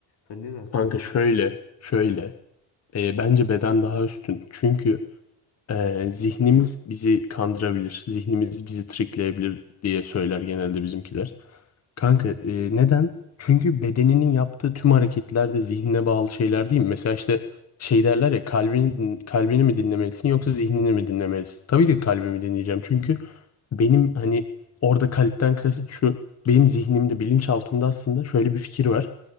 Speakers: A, on the left; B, on the left.
A: Sen ne dersin
B: Kanka
A: ona?
B: şöyle, şöyle. E, bence beden daha üstün. Çünkü Ee, zihnimiz bizi kandırabilir, zihnimiz bizi trikleyebilir diye söyler genelde bizimkiler. Kanka e, neden? Çünkü bedeninin yaptığı tüm hareketler de zihnine bağlı şeyler değil mi? Mesela işte şey derler ya kalbini, din- kalbini mi dinlemelisin yoksa zihnini mi dinlemelisin? Tabii ki kalbimi dinleyeceğim çünkü benim hani orada kalpten kasıt şu benim zihnimde bilinçaltımda aslında şöyle bir fikir var.